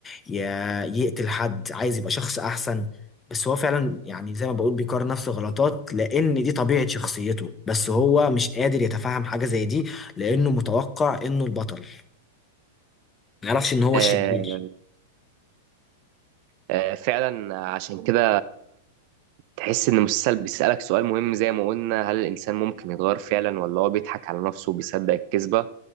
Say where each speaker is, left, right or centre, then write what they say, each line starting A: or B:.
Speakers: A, on the left (about 20°); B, on the right (about 50°).
A: ي- يقتل حد عايز يبقى شخص أحسن بس هو فعلا يعني زي ما بقول بيكرر نفس الغلطات لأن دي طبيعة شخصيته بس هو مش قادر يتفهم حاجة زي دي لأنه متوقع إنه البطل ما يعرفش إن هو
B: آه،
A: الشرير
B: آه، فعلا عشان كده تحس ان المسلسل بيسألك سؤال مهم زي ما قلنا هل الانسان ممكن يتغير فعلا ولا هو بيضحك على نفسه وبيصدق الكذبة